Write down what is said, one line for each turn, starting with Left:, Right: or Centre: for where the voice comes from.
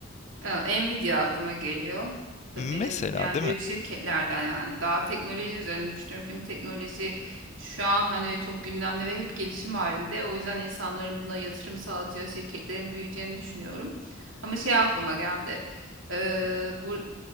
Right: Ee, Nvidia aklıma geliyor.
Left: Mesela
Right: Ve Benim yani
Left: değil
Right: büyük
Left: mi?
Right: şirketlerden yani daha teknoloji üzerine düşünüyorum. Çünkü teknoloji şu an hani çok gündemde ve hep gelişim halinde. O yüzden insanların buna yatırım sağlayacağı şirketlerin büyüyeceğini düşünüyorum. Ama şey aklıma geldi. Ee, bu